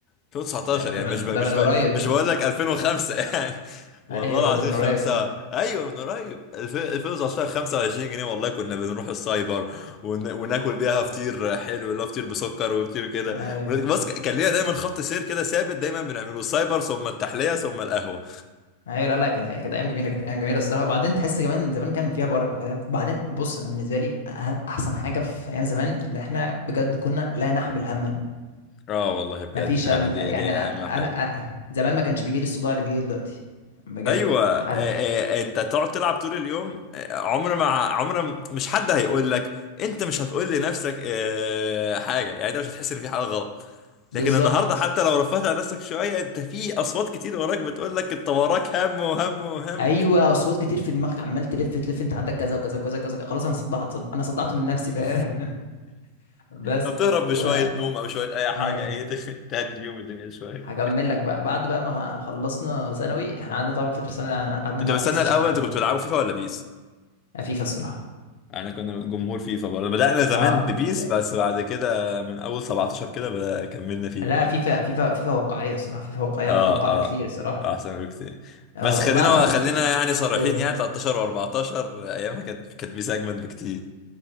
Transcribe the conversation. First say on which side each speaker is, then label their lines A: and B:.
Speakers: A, on the left (about 35°); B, on the left (about 65°).
A: 2019
B: ده
A: يعني مش
B: من
A: بقى
B: ده
A: مش
B: من
A: بقى
B: قريب
A: مش
B: ده.
A: بقول لك 2005 يعني <laughs> والله
B: ايوه ده,
A: العظيم
B: ده من
A: خمسة
B: قريب
A: ايوه من قريب الف- 2019 25 جنيه والله كنا بنروح السايبر ون... وناكل بيها فطير حلو اللي هو فطير بسكر وفطير كده
B: ايوه
A: ون- بس ك- كان لينا دايما خط سير كده ثابت دايما بنعمله السايبر ثم التحلية ثم القهوة
B: ايوه لا لا كانت كانت ايام جميله كانت ايام جميله الصراحه وبعدين تحس كمان زمان كان فيها بركه فاهم وبعدين بص انا بالنسبه لي أه- احسن حاجه في ايام زمان اللي احنا بجد كنا لا نحمل هما
A: اه والله بجد
B: ما فيش
A: فعلا
B: هم
A: دي
B: يعني
A: دي
B: انا
A: اهم حاجة
B: أ- زمان ما كانش بيجي لي الصداع اللي بيجي لي دلوقتي بجد
A: ايوه آه،
B: عارف
A: آه، انت تقعد تلعب طول اليوم آه، عمر ما عمر ما- مش حد هيقول لك انت مش هتقول لنفسك آه، حاجه يعني انت مش هتحس ان في حاجه غلط
B: بالظبط
A: لكن النهارده حتى لو رفعت عن نفسك شويه انت في اصوات كتير وراك بتقول لك انت وراك هم وهم وهم
B: ايوه اصوات كتير في دماغك عمال تلف تلف انت عندك كذا وكذا وكذا وكذا خلاص انا صدعت صد... انا صدعت من نفسي
A: <laughs>
B: فاهم <laughs> بس
A: فبتهرب بشوية
B: و
A: نوم أو شوية أي حاجة
B: ايوه
A: إيه تخ- تهدي اليوم الدنيا شوية
B: هكمل لك بقى بعد بقى ما خلصنا ثانوي احنا قعدنا طبعا فتره ثانوي يعني قعدنا
A: انت
B: نلعب
A: بستنى
B: بلاي ستيشن
A: الاول
B: حبه
A: انت كنت بتلعبوا فيفا ولا بيس
B: فيفا الصراحه
A: احنا كنا جمهور فيفا برضه بدأنا زمان
B: اه
A: ببيس
B: فيفا
A: بس بعد كده من اول 17 كده بدأ كملنا فيفا
B: لا
A: بقى
B: فيفا فيفا فيفا واقعيه صراحه فيفا واقعيه
A: اه
B: اوقع بكتير
A: اه
B: الصراحه
A: احسن بكتير
B: اه
A: بس خلينا
B: وبعد ما خلصت
A: خلينا يعني صريحين
B: قول
A: يعني 13 و14 ايامها كانت كانت بيس اجمد بكتير